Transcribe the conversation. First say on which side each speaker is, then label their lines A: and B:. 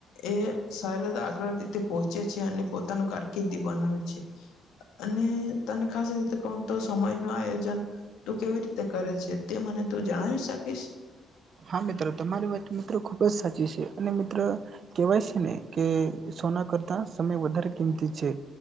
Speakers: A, on the left (about 85°); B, on the right (about 55°).
A: એ <unintelligible> આગળ રીતે પહોંચે છે અને પોતાનું કારકિર્દી બનાવે છે અને તને ખાસ રીતે કો તો સમય નું આયોજન તું કેવી રીતે કરે છે તે મને તું જણાવી શકીશ
B: હા મિત્ર તમારી વાત મિત્ર ખુબ જ સાચી છે અને મિત્ર કેવાય છે ને કે સોના કરતા સમય વધારે કિંમતી છે